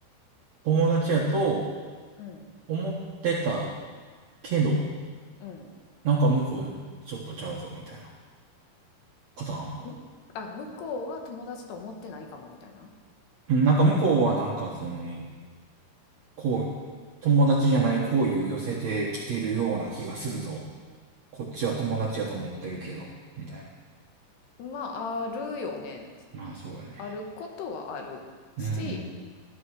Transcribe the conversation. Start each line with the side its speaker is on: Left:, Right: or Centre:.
Right: 友達やと
Left: うん
Right: 思ってたけど、
Left: うん
Right: なんか向こうちょっとちゃうぞみたいなパターンは。
Left: むあ向こうは友達と思ってないかもみたいな
Right: うんなんか向こうはなんかその、こう、友達じゃない好意を寄せてきてるような気がするぞ。こっちは友達やと思ってるけど、みたい
Left: まああるよね
Right: な。まあそうよね。
Left: あることはあるし
Right: うん、